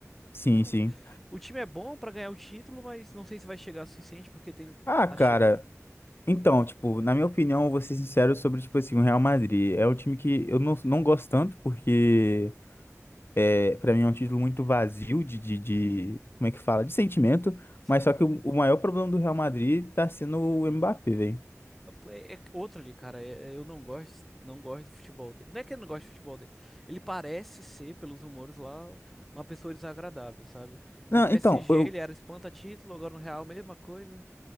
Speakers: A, on the left; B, in the centre.
A: Sim,
B: Não,
A: sim.
B: o time é bom pra ganhar o título, mas não sei se vai chegar o suficiente porque tem
A: Ah,
B: tá
A: cara.
B: cheio.
A: Então, tipo, na minha opinião, eu vou ser sincero sobre, tipo assim, o Real Madrid. É um time que eu não, não gosto tanto, porque. É, para mim é um título muito vazio de, de, de- como é que fala? De sentimento,
B: sim
A: mas só que o, o maior problema do Real Madrid tá sendo o Mbappé, velho.
B: É, é outro ali, cara. é- é- eu não gosto, não gosto do futebol dele. Não é que eu não gosto do futebol dele. Ele parece ser, pelos rumores lá, uma pessoa desagradável, sabe?
A: Não,
B: No PSG
A: então, eu,
B: ele era espanta-título, agora no Real mesma coisa.